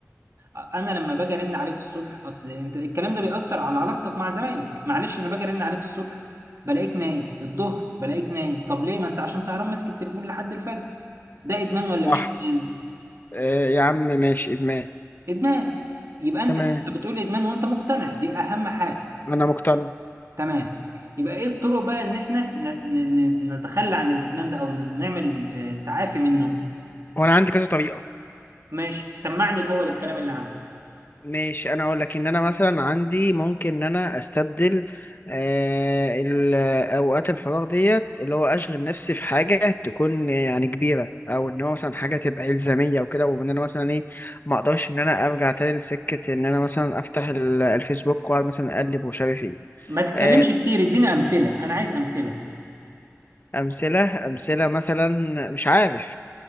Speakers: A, on the right; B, on the left.
A: انا لما باجي ارن عليك الصبح اصل انت الكلام ده بيأثر على علاقتك مع زمايلك معلش انا باجي ارن عليك الصبح بلاقيك نايم الظهر بلاقيك نايم طب ليه ما انت عشان سهران ماسك التليفون لحد الفجر ده ادمان ولا
B: صح
A: مش ادمان
B: آه يا عم ماشي ادمان
A: ادمان يبقى انت
B: تمام
A: انت بتقول ادمان وانت مقتنع دي اهم حاجة
B: انا مقتنع
A: تمام يبقى ايه الطرق بقى ان احنا ن... ن... ن- نتخلى عن الادمان ده او ن- نعمل آه، تعافي منه
B: وانا عندي كذا طريقه
A: ماشي سمعني الاول الكلام اللي عندك
B: ماشي انا اقول لك ان انا مثلا عندي ممكن ان انا استبدل آه، ال- اوقات الفراغ ديت اللي هو اشغل نفسي في حاجه تكون يعني كبيره او ان هو مثلا حاجه تبقى الزاميه وكده وان انا مثلا ايه ما اقدرش ان انا ارجع تاني لسكه ان انا مثلا افتح ال- الفيسبوك واقعد مثلا اقلب ومش عارف ايه
A: ما تتكلمش
B: آه،
A: كتير اديني امثلة انا عايز امثلة
B: امثله امثله مثلا مش عارف